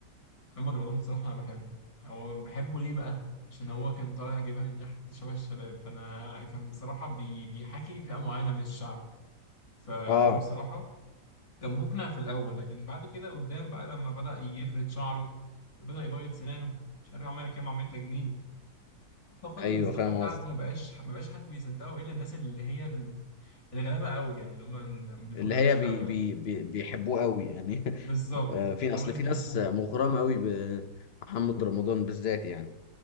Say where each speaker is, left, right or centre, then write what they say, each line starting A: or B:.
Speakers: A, on the left (about 20°); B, on the left (about 55°).
A: محمد رمضان بصراحة أنا بحبه هو بحبه ليه بقى؟ عشان هو كان طالع جايبها من تحت شبه الشباب فأنا كان بصراحة بي بيحكي فئة معينة من الشعب فهو
B: اه
A: بصراحة كان مقنع في الأول لكن بعد كده قدام بقى لما بدأ يفرد شعره بدأ يبيض سنانه مش عارف عمل كام عملية تجميل فقد
B: ايوه
A: المصداقيه
B: فاهم
A: بتاعته
B: قصدي
A: ما بقاش ما بقاش حد بيصدقه الا الناس اللي هي ال- الغلابه قوي يعني اللي هم ما ما بيفكروش
B: اللي هي بي
A: قوي
B: بي
A: يعني
B: بي بيحبوه قوي يعني
A: بالظبط
B: <laughs> آه، في
A: اللي
B: اصل
A: هم ناس
B: في
A: بيحبوه
B: ناس مغرمه قوي بمحمد رمضان بالذات يعني